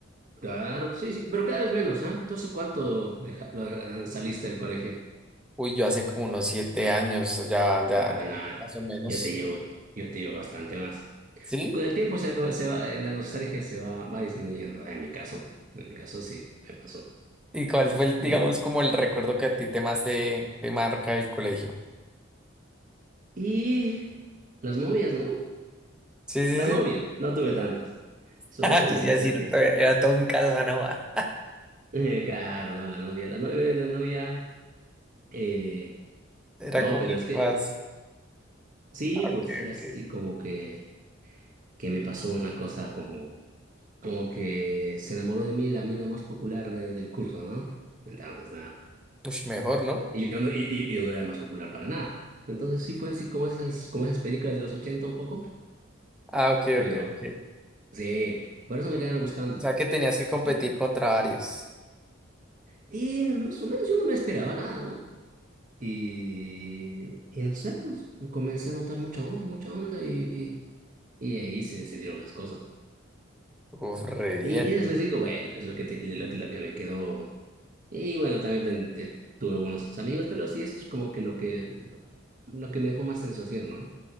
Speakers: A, on the right; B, in the centre.
A: claro, sí, sí, pero cada vez menos, ¿ah? Entonces, ¿cuánto deja- lo- ah, saliste del colegio?
B: Uy, yo hace como unos siete años, ya, ya,
A: Ah,
B: ya,
A: no,
B: más o menos.
A: yo te llevo, yo te llevo bastante más.
B: ¿Sí?
A: Con el tiempo se va, se va, eh, la nostalgia se va, va disminuyendo, en mi caso, en mi caso sí, me pasó.
B: ¿Y cuál fue, el, digamos,
A: Y,
B: como el recuerdo que a ti te más te, te marca el colegio?
A: y las novias, ¿no?
B: Sí, sí,
A: La novia,
B: sí.
A: no tuve tantas, solo
B: <laughs>
A: una
B: Yo sí iba
A: que
B: a decir,
A: sí que...
B: era todo un Casanova.
A: Eh, claro, no, la novia, la novia, la novia... Eh,
B: <laughs> Era
A: No,
B: como
A: pero
B: el
A: es
B: que
A: que
B: más...
A: sí,
B: Ok,
A: pues era
B: ok.
A: así como que, que me pasó una cosa como, como que se enamoró de mí la mina más popular de- del curso, ¿no? Entonces, nada.
B: Ush, mejor, ¿no?
A: Y yo no, y, y- y yo no era el más popular para nada. Entonces sí fue así como esas, como esas películas de los 80 un poco,
B: Ah, ok,
A: pero
B: ok, ok.
A: sí, por eso me
B: Y-
A: quedaron gustando.
B: O sea que tenías que competir
A: <laughs>
B: contra varios.
A: Y más o menos yo no me esperaba nada, ¿no? Y, y no sé, pues comencé a notar mucha onda, mucha onda y, y ahí se, se dieron las cosas.
B: Uf, re
A: Y,
B: bien.
A: y después digo, bueno, es lo que, te- lo, que lo que me quedó. Y bueno, también ten- te- tuve buenos amigos, pero sí, eso es como que lo que, lo que me dejó más sensación, ¿no?